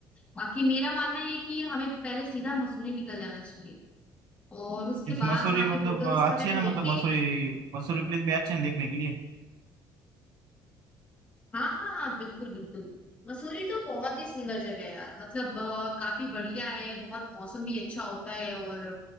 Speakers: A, on the left; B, on the right.
A: बाकी मेरा मानना ये है कि हमें पहले सीधा मसूरी निकल जाना चाहिए और उसके
B: इस मसूरी
A: बाद वहाँ
B: मतलब
A: पे होटल्स
B: आ, अच्छी
A: वगैरह
B: है ना
A: लेके
B: मतलब मसूरी मसूरी प्लेस भी अच्छे हैं देखने के लिए
A: हाँ हाँ हाँ बिल्कुल बिल्कुल मसूरी तो बहुत ही सुंदर जगह है यार मतलब अ, काफी बढ़िया है बहुत मौसम भी अच्छा होता है और